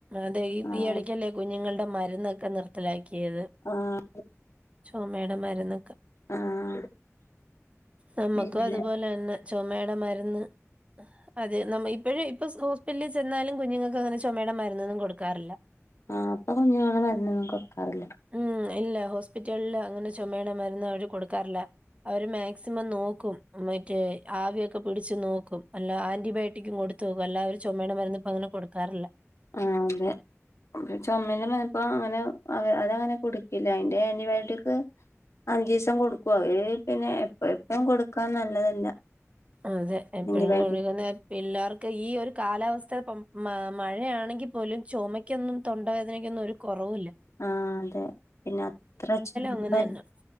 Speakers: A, on the right (about 25°); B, on the left (about 65°).
A: അതെ ഈ
B: ആഹ്
A: ഈ എടക്കല്ലേ കുഞ്ഞുങ്ങളുടെ മരുന്നൊക്കെ നിർത്തലാക്കിയത്.
B: ആഹ്
A: ചൊമേടെ മരുന്നക്ക,
B: ആഹ്
A: നമ്മുക്കും
B: പിന്നെ
A: അതുപോലെ തന്നെ. ചൊമേടെ മരുന്ന് അത് നമ്മെ ഇപ്പോഴി ഇപ്പൊ ഹോസ്പിറ്റലിൽ ചെന്നാലും കുഞ്ഞുങ്ങക്കങ്ങനെ ചൊമയുടെ മരുന്നൊന്നും കൊടുക്കാറില്ല
B: ആഹ് പ്പൊ കുഞ്ഞുങ്ങൾടെ മരുന്നൊന്നും കൊടുക്കാറില്ല
A: ഉം ഇല്ല ഹോസ്പിറ്റലില് അങ്ങനെ ചുമയുടെ മരുന്ന് അവര് കൊടുക്കാറില്ല അവര് മാക്സിമം നോക്കും മറ്റേ ആവിയൊക്കെ പിടിച്ച് നോക്കും അല്ല ആന്റിബയോട്ടിക്കും കൊടു ത്തോക്കും. എല്ലാവരും ചൊമയുടെ മരുന്ന് പ്പങ്ങനെ കൊടുക്കാറില്ല
B: ആഹ്‌ അതെ ചൊമന്റെ മരുന്ന് അപ്പൊ അങ്ങനെ അതങ്ങനെ കുടുക്കില്ല അതിന്റെ ആന്റിബയോട്ടിക് അഞ്ചീസം കൊടുക്കവര് അത് പിന്നെ എപ്പ എപ്പും കൊടുക്കാൻ നല്ലതല്ല
A: അതെ എപ്പഴും
B: ആന്റിബയോട്ടിക്
A: കൊട്ക്ക്ന്നെ പിള്ളേർക്ക് ഈ ഒരു കാലാവസ്ഥ മഴയാണെങ്കിൽ പോലും ചൊമയ്ക്കൊന്നും തൊണ്ടവേദനക്കൊന്നും ഒരു കൊറവുല്ല
B: ആഹ്‌ അതെ പിന്നെ അത്ര ചൂടെ
A: അങ്ങനെ തന്നെ.